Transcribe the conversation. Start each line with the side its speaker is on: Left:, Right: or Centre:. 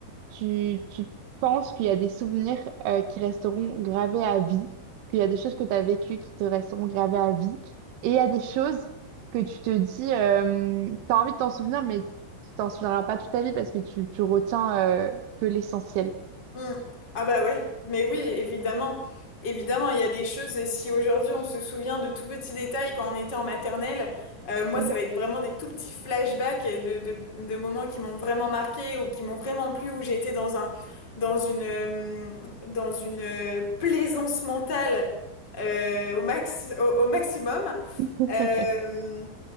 Right: tu, tu penses qu'il y a des souvenirs euh, qui resteront gravés à vie, qu'il y a des choses que tu as vécues qui te resteront gravées à vie, et il y a des choses que tu te dis, euh, tu as envie de t'en souvenir, mais tu t'en souviendras pas toute ta vie parce que tu, tu retiens euh, que l'essentiel.
Left: Hmm. Ah bah ouais, mais oui, évidemment. Évidemment, il y a des choses, et si aujourd'hui on se souvient de tout petits détails quand on était en maternelle, euh, moi
Right: Mm.
Left: ça va être vraiment des tout petits flashbacks de, de, de moments qui m'ont vraiment marqué ou qui m'ont vraiment plu, où j'ai été dans un, dans une, euh, dans une euh, plaisance mentale euh, au maxi- au, au maximum.
Right: <laughs>
Left: Euh,